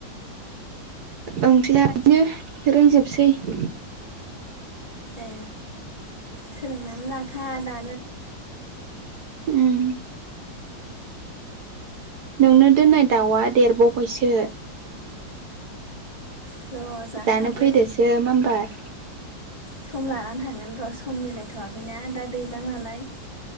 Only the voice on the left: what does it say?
ए सोलोंनानै लाखा दा
ए र'
थांगोन
सम लानानै थांगोन र' सम मिलायथ'वाखैना दा दैलां नालाय